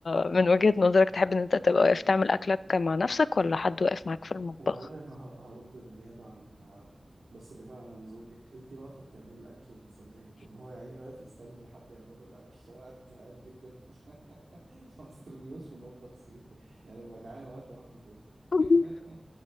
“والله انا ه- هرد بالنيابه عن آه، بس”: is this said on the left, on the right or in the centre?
Right